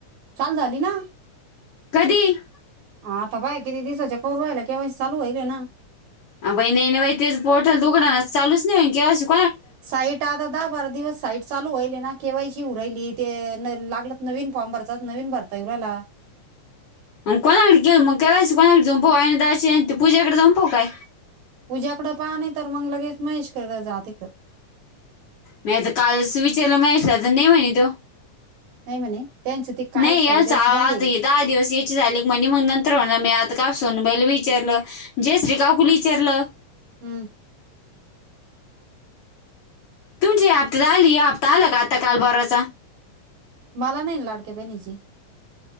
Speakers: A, on the right; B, on the left.
A: चालू झाली ना
B: कधी
A: ह आता पाय किती दिसाचे करू राहिला केवायसी चालू होईले ना
B: अ बहीण नं बाई तेच पोट दुखणं चालूच नाय व्हय की अजून
A: साईट आत आता दहा बारा दिवस साईट चालू व्हायले ना केवायसी होऊ राहिली ते लागत नवीन फॉर्म भरतात नवीन भर ता येऊ रायला
B: अनं कोणाकडे के मंग केवाय सी कोणाकडे जाऊन पाहू आणि दाची आणि ती पूजेकडे जाऊन पाहू काय
A: पूज्याकड पाहा नाही तर मंग लगेच महेश करत जा तिकड
B: नाय त काल्स स्विचरला महेश ला तर नय म्हणे तो
A: नाही म्हणे त्यांचं ते काय
B: नाय
A: साईडच
B: आच आता
A: बंद आहे
B: हे दहा दिवसये ची झाली क म्हणी मग नंतर म्हणा मी आता का सोनबाईल विचारलं जयश्री काकूला विचारलं.
A: हम्म
B: तुमचे हे हप्तात आली हय हप्ता आला का आता काल परवाचा
A: मला नही लाडक्या बहिणीचे